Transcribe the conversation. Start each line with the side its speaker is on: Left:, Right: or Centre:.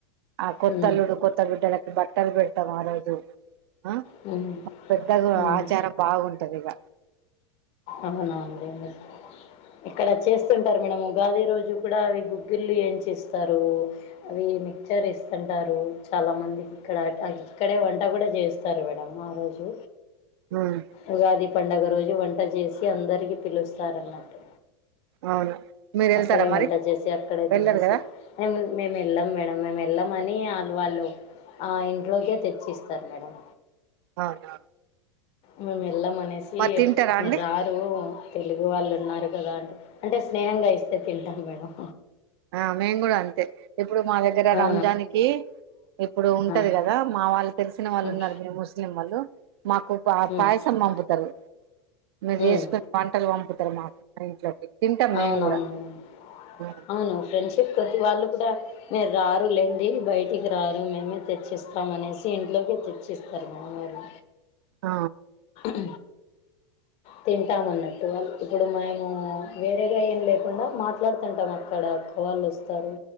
Right: ఆ కొత్తల్లుడు
Left: హ్మ్.
Right: కొత్త బిడ్డలకి బట్టలు పెడతామ్ ఆ రోజు ఆ
Left: హ్మ్.
Right: పెద్దగా
Left: హ్మ్.
Right: ఆచారం బాగుంటది ఇగా
Left: అవునా అండి మీ ఇక్కడ చేస్తుంటారు మేడం ఉగాది రోజు కూడా అవి గుగ్గులు ఏంచి చేస్తారు అవి మిక్చర్ ఇస్తుంటారు చాలా మందికి ఇక్కడ ఇక్కడే వంట కూడా చేస్తారు మేడం ఆ రోజు
Right: ఉమ్
Left: ఉగాది పడుగ రోజు వంట చేసి అందరికీ పిలుస్తారన్నట్టు
Right: అవును మీరు వెళ్తారా
Left: అక్కడే వంట
Right: మరి
Left: చేసి అక్కడే
Right: వెళ్ళరు
Left: తినేసి
Right: కదా
Left: ఎ మని మేము వెళ్ళాం మేడం మేము వెళ్ళామని ఆలవాళ్ళు ఆ ఇంట్లోకే తెచ్చిస్తారు మేడం
Right: అవునా
Left: మేము వెళ్ళమనేసి
Right: మరి తింటారా
Left: మీరు
Right: అండి
Left: రారు తెలుగు వాళ్ళు ఉన్నారు కదా అంటే అంటే స్నేహంగా ఇస్తే తింటాం మేడం
Right: ఆ మేము కూడా అంతే ఇప్పుడు మా దగ్గర
Left: ఆ,
Right: రంజాన్ కి ఇప్పుడు ఉంటది
Left: ఆ,
Right: కదా మా వాళ్ళు తెలిసిన వాళ్ళు
Left: ఉమ్,
Right: ఉన్నారు మీరు ముస్లిం వాళ్ళు మాకు
Left: ఉమ్,
Right: పాయసం పంపుతారు మీరు
Left: ఉమ్.
Right: చేసుకుని వంటలు పంపుతారు మాకు మా ఇంట్లోకి తింటాం
Left: అవునవును
Right: మేము కూడా
Left: మేడం
Right: ఆ
Left: అవును ఫ్రెండ్షిప్ ప్రతి వాళ్ళు కూడా మీరు రారులేండి బయటికి రారు మేమే తెచ్చిస్తాం అనేసి ఇంట్లోకే తెచ్చేస్తారు <inaudible> గారు
Right: ఆ
Left: ఉ తింటామన్నట్టు ఇప్పుడు మేము వేరేగా ఏం లేకుండా మాట్లాడుతుంటాం అక్కడ వాళ్ళొస్తారు